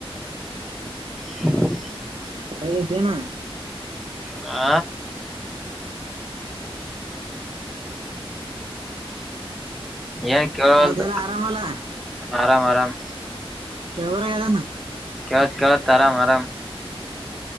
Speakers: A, on the right; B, in the centre.
A: <inaudible>
B: <unintelligible>
A: ಕೆಳಗೆ ಇದ್ದೇನು
B: ಆ ಏನ್ ಕೇಳವಲ್ತ್
A: ಮತೆಲ್ಲ ಆರಾಮಲ್ಲ
B: ಆರಾಮ್ ಆರಾಮ್
A: ಕೇಳಲಾಗದೆನು
B: ಕೆೇಳುತ್ತೆ ಕೆಳುತ್ತೆ ಆರಾಮ್ ಆರಾಮ